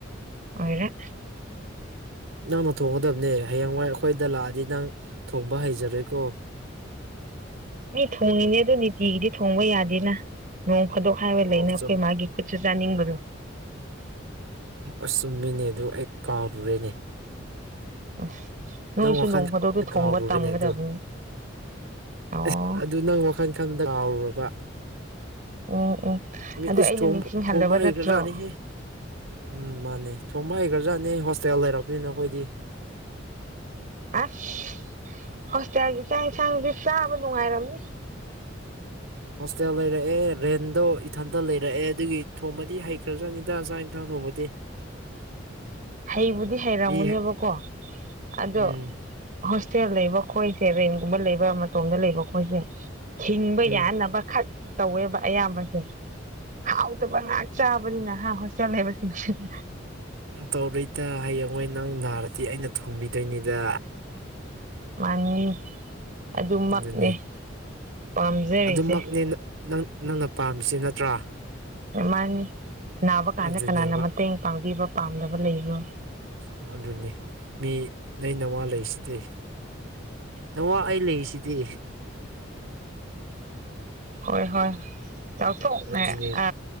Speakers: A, on the right (about 45°); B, on the right (about 85°).
A: ꯑꯣꯏꯔꯦ
B: ꯅꯪꯅ ꯊꯣꯡꯒꯗꯕꯅꯦ ꯍꯌꯦꯡꯋꯥꯏ ꯑꯩꯈꯣꯏꯗ ꯂꯥꯛꯑꯗꯤ ꯅꯪ ꯊꯣꯡꯕ ꯍꯩꯖꯔꯣꯏꯀꯣ
A: ꯃꯤ ꯊꯣꯡꯉꯤꯅꯦ ꯑꯗꯨ ꯅꯤꯇꯤꯒꯤꯗꯤ ꯊꯣꯡꯕ ꯌꯥꯗꯦꯅ ꯅꯣꯡ ꯐꯥꯗꯣꯛ ꯍꯥꯏꯔ
B: ꯑꯣ
A: ꯂꯩꯅ
B: ꯆꯨꯝ
A: ꯑꯩꯈꯣꯏ ꯃꯥꯒꯤ ꯈꯨꯠꯁꯨ ꯆꯥꯅꯤꯡꯕꯗꯣ
B: ꯑꯁ ꯆꯨꯝꯃꯤꯅꯦ ꯑꯗꯨ ꯑꯩ ꯀꯥꯎꯔꯨꯔꯦꯅꯦ
A: ꯑꯁ ꯅꯣꯏꯁꯨ
B: ꯅꯪ ꯋꯥꯈꯜ
A: ꯅꯣꯡ ꯐꯥꯗꯣꯛꯇꯤ ꯊꯣꯡꯕ
B: ꯀꯥꯎꯔꯨꯔꯦꯅꯦ
A: ꯇꯝꯒꯗꯕꯅꯤ
B: ꯑꯗꯨ
A: ꯑꯣ
B: ꯑꯦ ꯑꯗꯨ ꯅꯪ ꯋꯥꯈꯜ ꯈꯟꯕꯗ ꯀꯥꯎꯔꯨꯔꯕ
A: ꯎꯝ ꯎꯝ
B: ꯃꯤ
A: ꯑꯗꯣ
B: ꯏꯁ
A: ꯑꯩꯅ ꯅꯤꯡꯁꯤꯡꯍꯜꯂꯕ
B: ꯊ‌ꯣꯡꯕ ꯍꯩꯒꯔꯆꯥꯅꯤꯍ‌ꯦ
A: ꯅꯠꯇ꯭ꯔꯣ
B: ꯎꯝ ꯃꯥꯅꯦ ꯊꯣꯡꯕ ꯍꯩꯈ꯭ꯔꯖꯥꯠꯅꯦ ꯍꯣꯁꯇꯦꯜ ꯂꯩꯔꯛꯄꯅꯤꯅ ꯑꯩꯈꯣꯏꯗꯤ
A: ꯑꯁ ꯍꯣꯁꯇꯦꯜꯒꯤ ꯆꯥꯛ ꯌꯦꯟꯁꯥꯡꯗꯤ ꯆꯥꯕ ꯅꯨꯡꯉꯥꯏꯔꯝꯅꯤ
B: ꯍꯣꯁꯇꯦꯜ ꯂꯩꯔꯛꯑꯦ ꯔꯦꯟꯗꯣ ꯏꯊꯟꯇ ꯂꯩꯔꯛꯑꯦ ꯑꯗꯨꯒꯤ ꯊꯣꯡꯕꯗꯤ ꯍꯩꯈ꯭ꯔꯖ꯭ꯔꯥꯅꯤꯗ ꯆꯥꯛ ꯏꯟꯁꯥꯡ ꯊꯣꯡꯕꯗꯤ
A: ꯍꯩꯕꯨꯗꯤ ꯍꯩꯔꯝꯒꯅꯦꯕꯀꯣ
B: ꯃꯤ
A: ꯑꯗꯣ
B: ꯎꯝ
A: ꯍꯣꯁꯇꯦꯜ ꯂꯩꯕ ꯈꯣꯏꯁꯦ ꯔ‌ꯦꯟꯒꯨꯝꯕ ꯂꯩꯕ ꯃꯇꯣꯝꯗ ꯂꯩꯕ ꯈꯣꯏꯁꯦ ꯍꯤꯡꯕ
B: ꯎꯝ
A: ꯌꯥꯅꯕꯈꯛ ꯇꯧꯋꯦꯕ ꯑꯌꯥꯝꯕꯁꯦ ꯍꯥꯎ ꯇꯕ ꯉꯥꯛ ꯆꯕꯅꯤꯅ ꯍꯥ ꯍꯣꯁꯇ‌ꯦꯜ ꯂꯩꯕꯁꯤꯡꯁ‌ꯦ
B: ꯇꯧꯔꯣꯏꯗ ꯍꯌꯦꯡꯋꯥꯏ ꯅꯪ ꯅꯥꯔꯗꯤ ꯑꯩꯅ ꯊꯣꯡꯕꯤꯗꯣꯏꯅꯤꯗ
A: ꯃꯥꯅꯤ ꯑꯗꯨꯃꯛꯅꯦ
B: ꯑꯗꯨꯅꯦ
A: ꯄꯥꯝꯖꯔꯤꯁꯦ
B: ꯑꯗꯨꯃꯛꯅꯦ ꯅꯪ ꯅꯪꯅ ꯄꯥꯝꯃꯤꯁꯤ ꯅꯠꯇ꯭ꯔ
A: ꯃꯥꯅꯤ ꯅꯥꯕ ꯀꯥꯟꯗ
B: ꯑꯗꯨꯅꯦꯕ
A: ꯀꯅꯥꯅ ꯃꯇꯦꯡ ꯄꯥꯡꯕꯤꯕ ꯄꯥꯝꯗꯕ ꯂꯩꯕ꯭ꯔ
B: ꯑ ꯑꯗꯨꯅꯤ ꯃꯤ ꯅꯣꯏ ꯅꯋꯥ ꯂꯩꯁꯤꯗꯤ ꯅꯋꯥ ꯑꯩ ꯂꯩꯔꯤꯁꯤꯗꯤ
A: ꯍꯣꯏ-ꯍꯣꯏ ꯆꯥꯎꯊꯣꯛꯅꯦ
B: ꯑꯗꯨꯅꯦ
A: ꯑ